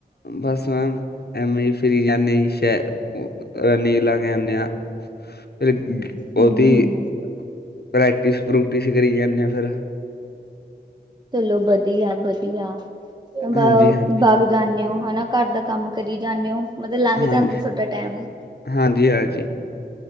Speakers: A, on the left (about 65°); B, on the right (about 25°).
A: ਬਸ ਮੈਮ, ਐਵੇਂ ਹੀ ਫਿਰੀ ਜਾਂਦੇ ਜੀ ਸ਼ਹਿਰ, ਉਹ ਨੀਲ ਲਾ ਕੇ ਆਨੇ ਆਂ। ਫਿਰ ਉਹਦੀ,
B: ਹੂੰ-ਹੂੰ
A: ਪ੍ਰੈਕਟਿਸ ਪ੍ਰੂਕਟਿਸ ਹੀ ਕਰੀ ਜਾਂਦੇ ਆ ਫਿਰ।
B: ਚਲੋ ਵਧੀਆ-ਵਧੀਆ, ਬਾ
A: ਹਾਂਜੀ-ਹਾਂਜੀ
B: ਬਾਗ ਜਾਂਦੇ ਹੋ ਹਨਾ ਘਰ ਦਾ ਕੰਮ ਕਰੀ ਜਾਂਦੇ ਹੋ। ਮਤਲਬ ਲੰਘ
A: ਹਾਂਜੀ
B: ਜਾਂਦਾ ਤੁਹਾਡਾ ਟਾਈਮ।
A: ਹਾਂਜੀ-ਹਾਂਜੀ।